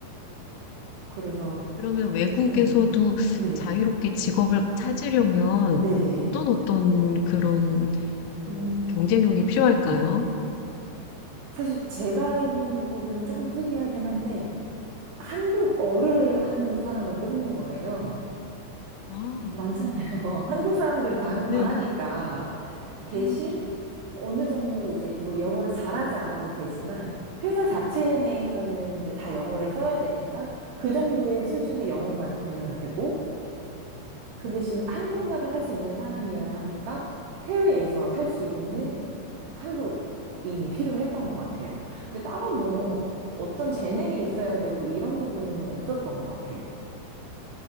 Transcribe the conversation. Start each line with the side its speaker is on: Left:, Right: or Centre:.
Right: 그래서,
Left: 그러면 외국에서도
Right: 음. 네.
Left: 자유롭게 직업을 찾으려면
Right: 네네.
Left: 어떤 어떤 그런 음,
Right: 음,
Left: 경쟁력이 필요할까요?
Right: 네. 사실 제가 있는 부분은 조금 특이하긴 한데, 한국어를 하는 사람을 뽑는 거예요.
Left: 아,
Right: 많잖아요. <laughs> 한국 사람들은 다 한국말
Left: 네.
Right: 하니까. 대신
Left: 음,
Right: 어느 정도 이제 뭐 영어를 잘하지 않아도 되지만, 회사 자체 내에서는 이제 다 영어를 써야 되니까, 그 정도의 수준의 영어만 되면 되고, 그 대신 한국말을 할 수 있는 사람이어야 하니까 해외에서 살 수 있는 한국인이 필요했던 것 같아요. 근데 따로 뭐 어떤 재능이 있어야 되고 이런 부분은 없었던 것 같아요.